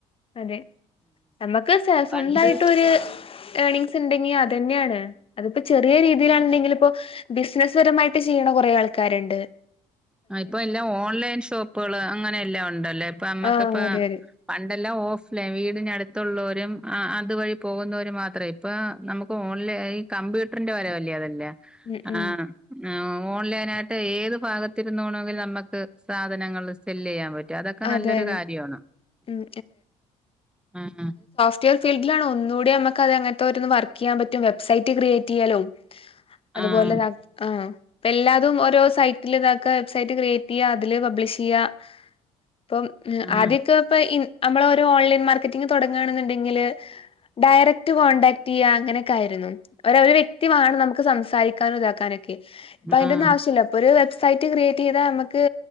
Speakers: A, on the left; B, in the centre.
A: അതെ നമ്മക്ക് സെ സ്വന്തായിട്ടൊര്.
B: പണ്ട്
A: ഏണിംങ്സെണ്ടെങ്കി അതന്നേണ്. അതിപ്പൊ ചെറിയ രീതീലെണ്ടെങ്കിലും. ഇപ്പൊ ബിസ്നസ് പരമായിട്ട് ചെയ്യണ കൊറെ ആൾക്കാരെണ്ട്.
B: ആഹ് ഇപ്പൊ എല്ലാം ഓൺലൈൻ ഷോപ്പുകള്. അങ്ങനെല്ലാം ഒണ്ടല്ലൊ ഇപ്പൊ നമ്മ‌ക്കിപ്പ
A: ആഹ് അതെ അതെ
B: പണ്ടെല്ലാം ഓഫ് ലൈൻ വീടിനടുത്തുള്ളോരും അഹ് അതുവഴി പോകുന്നവരും മാത്രേ. ഇപ്പാ നമുക്ക് ഓൺലൈ ആയി കമ്പ്യൂട്ടറിന്റെ വരവല്ലെ അതെല്ലാം
A: ഉം
B: ആഹ്
A: ഉം
B: ആഹ് ഓൺലൈനായിട്ട് ഏത് ഭാഗ ത്തിരുന്നോണെങ്കി നമ്മക്ക് സാധനങ്ങള് സെല്ല് ചെയ്യാൻ പ റ്റും അതൊക്കെ നല്ലൊര്
A: അതെ അതെ
B: കാര്യവാണ്
A: ഉം
B: ആഹ്
A: <unintelligible> ഫീൽഡിലാണോ ഒന്നുകൂടി നമ്മക്കത് അങ്ങെൻത്തോരോന്ന് വർക്കെയ്യാൻ പറ്റും. വെബ്സൈറ്റ് ക്രിയേറ്റെയ്യലും അതുപോലെ
B: ആഹ്
A: ന ആഹ് പ്പെല്ലാതും ഓരോ സൈറ്റില് ഇതാക്കാ വെബ്സൈറ്റ് ക്രിയേറ്റെയ്യാ അതില് പബ്ലിഷെയ്യാ ഇപ്പം ഉം
B: ആഹ്
A: ആദ്യ‌ക്കിപ്പ ഇം അമ്മളോരോ ഓൺലൈൻ മാർക്കറ്റിങ് തൊടങ്ങാണ്ന്നിണ്ടെങ്കില് ഡയറക്ട് കോൺടാക്റ്റെയ്യ അങ്ങനെക്കായിരുന്നു. ഒര അവര് വ്യക്തി വാണം നമക്ക് സംസാരിക്കാനും ഇതാക്കാനൊ ക്കെ ഇപ്പ അയിന്റൊന്നും
B: ആഹ്
A: ആവശ്യില്ല ഇപ്പൊരു വെബ്സൈറ്റ് ക്രിയേറ്റ് ചെയ്താ നമ്മക്ക്